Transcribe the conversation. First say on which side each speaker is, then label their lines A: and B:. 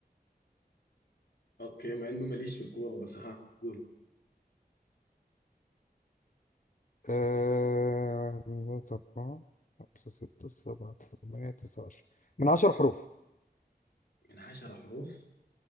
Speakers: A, on the left (about 75°); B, on the left (about 50°).
A: أوكي مع إنه ماليش في الكورة بس ها قول
B: آه، واحد اتنين تلاتة أربعة خمسة ستة سبعة تمانية تسعة عشرة من عشر حروف
A: من عشرة حروف